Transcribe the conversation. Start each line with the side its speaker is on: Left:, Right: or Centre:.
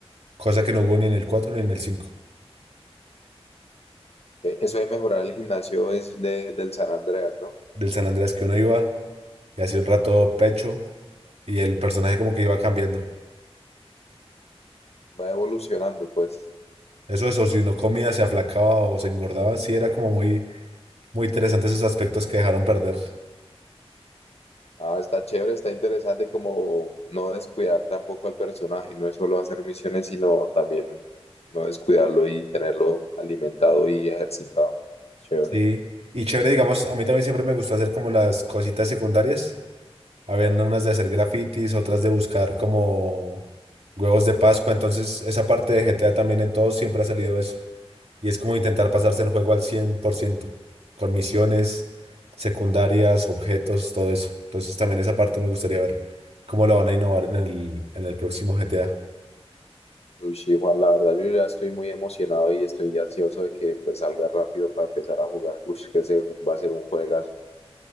Right: Cosa que no hubo ni en el 4 ni en el cinco
Left: Eh, Eso de mejorar el gimnasio es de, del San Andreas, ¿no?
Right: Del San Andreas que uno iba y hacía un rato pecho y el personaje como que iba cambiando.
Left: Va evolucionando, pues.
Right: Eso, eso, si no comía, se aflacaba o se engordaba, sí era como muy, muy interesante esos aspectos que dejaron perder.
Left: Ah, está chévere, está interesante como no descuidar tampoco al personaje, no es solo hacer misiones, sino también no descuidarlo y tenerlo alimentado y ejercitado. Chévere.
Right: Sí. Y chévere, digamos, a mí también siempre me gustó hacer como las cositas secundarias Habían unas de hacer grafitis, otras de buscar como huevos de Pascua. Entonces, esa parte de GTA también en todos siempre ha salido eso. Y es como intentar pasarse el juego al 100% con misiones secundarias, objetos, todo eso. Entonces, también esa parte me gustaría ver cómo la van a innovar en el, en el próximo GTA.
Left: Uy, sí, Juan, la verdad yo ya estoy muy emocionado y estoy ansioso de que pues salga rápido para empezar a jugar. Uy, que se va a ser un juegazo.